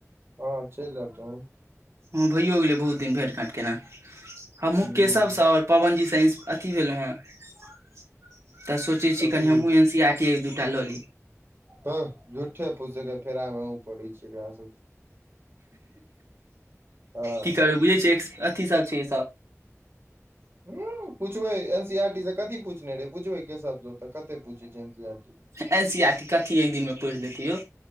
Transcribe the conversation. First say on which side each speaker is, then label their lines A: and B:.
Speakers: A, on the right; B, on the right.
A: हँ चेल आब तब
B: हँ भैयो गेलै बहुत दिन भेट घाट केनाइ हमू
A: ह
B: केशवसँ आओर पवन जी अथी भेल हे तऽ सोचे छी
A: कथी
B: कनी हमहुँ एन सी आ एक दूटा ल
A: ह झूठे पूसेके फेरा मे उ पड़ै छी एकरा सब हँ
B: की करू बुझै छियै अथी सब छै
A: ह पूछबै एन सी आर टी से कथि पूछने रहे पुछबै केस ज कते पूछै N C R T <inaudible>
B: N C R T कथी एक दिनमे पढ़ि लेतै यौ